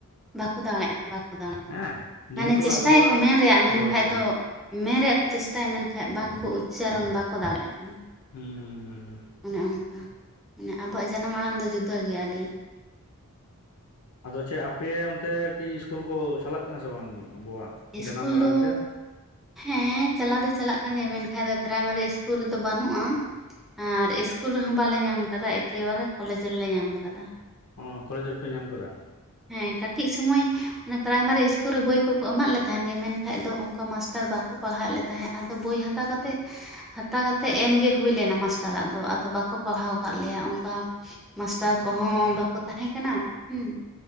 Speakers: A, in the centre; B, on the left (about 75°).
A: ᱵᱟᱠᱚ <unintelligible>
B: ᱦᱮᱸ ᱱᱤᱭᱟᱹ
A: ᱢᱟᱱᱮ
B: ᱛᱚ
A: ᱪᱮᱥᱴᱟᱭᱟ
B: ᱟᱵᱚᱣᱟᱜ
A: ᱠᱚ ᱢᱮᱱ ᱨᱮᱭᱟᱜ ᱢᱮᱱᱠᱷᱟᱡ
B: ᱦᱳᱭ ᱦᱳᱭ
A: ᱫᱚ ᱢᱮᱱ ᱨᱮᱭᱟᱜ ᱠᱚ ᱪᱮᱥᱴᱟᱭᱟ ᱢᱮᱱᱠᱷᱟᱡ ᱵᱟᱝ ᱠᱚ ᱩᱪᱪᱟᱨᱚᱱ ᱵᱟᱠᱚ ᱫᱟᱲᱮᱜᱼᱟ᱾
B: ᱦᱩᱸ ᱦᱩᱸ ᱦᱩᱸ ᱦᱩᱸ
A: <unintelligible> ᱟᱵᱚᱣᱟᱜ ᱡᱟᱱᱟᱢ ᱟᱲᱟᱝ ᱫᱚ ᱡᱩᱫᱟᱹ ᱜᱮᱭᱟ ᱟᱹᱰᱤ᱾
B: ᱟᱫᱚ ᱪᱮ ᱟᱯᱮ ᱚᱱᱛᱮ ᱠᱤ ᱤᱥᱠᱩᱞ ᱠᱚ ᱪᱟᱞᱟᱜ ᱠᱟᱱᱟ ᱥᱮ ᱵᱟᱝ ᱟᱵᱚᱣᱟᱜ?
A: ᱤᱥᱠᱩᱞ
B: ᱡᱟᱱᱟᱢ ᱟᱲᱟᱝ
A: ᱫᱚ
B: ᱛᱮ
A: ᱦᱮᱸ, ᱪᱟᱞᱟᱣ ᱫᱚ ᱪᱟᱞᱟᱜ ᱠᱟᱱ ᱜᱮᱭᱟ ᱢᱮᱱᱠᱷᱟᱡ ᱫᱚ ᱯᱨᱟᱭᱢᱟᱨᱤ ᱤᱥᱠᱩᱞ ᱨᱮᱫᱚ ᱵᱟᱹᱱᱩᱜᱼᱟ ᱟᱨ ᱤᱥ ᱠᱩᱞ ᱨᱮᱦᱚᱸ ᱵᱟᱞᱮ ᱧᱟᱢ ᱠᱟᱫᱟ, ᱮᱠᱮᱵᱟᱨᱮ ᱠᱚᱞᱮᱡᱽ ᱨᱮᱞᱮ ᱧᱟᱢ ᱠᱟᱫᱟ᱾
B: ᱚᱸ, ᱠᱚᱞᱮᱡᱽ ᱨᱮᱯᱮ ᱧᱟᱢ ᱠᱟᱫᱟ?
A: ᱦᱮᱸ, ᱠᱟᱹᱴᱤᱡ ᱥᱳᱢᱚᱭ ᱢᱮ ᱯᱨᱟᱭᱢᱟᱨᱤ ᱤᱥᱠᱩᱞ ᱨᱮ ᱵᱳᱭ ᱠᱚᱠᱚ ᱮᱢᱟᱜ ᱞᱮ ᱛᱟᱦᱮᱸᱱ ᱜᱮ ᱢᱮᱱᱠᱷᱟᱡ ᱫᱚ ᱚᱱᱠᱟ ᱢᱟᱥᱴᱟᱨ ᱵᱟᱠᱚ ᱯᱟᱲᱦᱟᱣᱮᱜ ᱞᱮ ᱛᱟᱦᱮᱸᱜ ᱟᱫᱚ ᱵᱳᱭ ᱦᱟᱛᱟ ᱠᱟᱛᱮᱜ ᱦᱟᱛᱟ ᱠᱟᱛᱮᱜ ᱮᱢᱜᱮ ᱦᱩᱭ ᱞᱮᱱᱟ ᱢᱟᱥᱴᱟᱨᱟᱜ ᱫᱚ, ᱟᱫᱚ ᱵᱟᱠᱚ ᱯᱟᱲᱦᱟᱣ ᱠᱟᱜ ᱞᱮᱭᱟ ᱚᱱᱠᱟ᱾ ᱢᱟᱥᱴᱟᱨ
B: ᱩᱸ
A: ᱠᱚᱦᱚᱸ ᱵᱟᱠᱚ ᱛᱟᱦᱮᱸ ᱠᱟᱱᱟ, ᱦᱩᱸ᱾